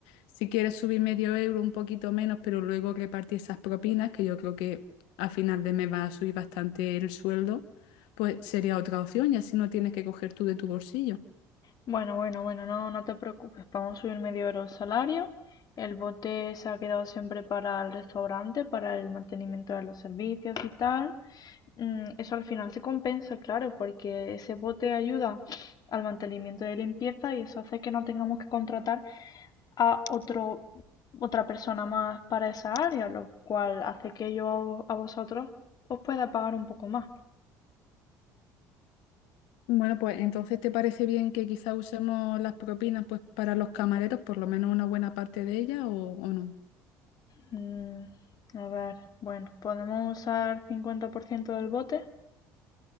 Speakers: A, on the left; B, on the left.
A: si quieres subir medio euro, un poquito menos, pero luego repartir esas propinas, que yo creo que a final de mes va a subir bastante el sueldo, pues sería otra opción y así no tienes que coger tú de tu bolsillo.
B: Bueno, bueno, bueno, no, no te preocupes, vamos a subir medio euro el salario. El bote se ha quedado siempre para el restaurante, para el mantenimiento de los servicios y tal. Mm, Eso al final se compensa, claro, porque ese bote ayuda al mantenimiento de limpieza y eso hace que no tengamos que contratar a otro, otra persona más para esa área, lo cual hace que yo a vosotros os pueda pagar un poco más.
A: Bueno, pues entonces ¿te parece bien que quizá usemos las propinas pues para los camareros, por lo menos una buena parte de ellas o, o no?
B: Mm, a ver, bueno, podemos usar 50% del bote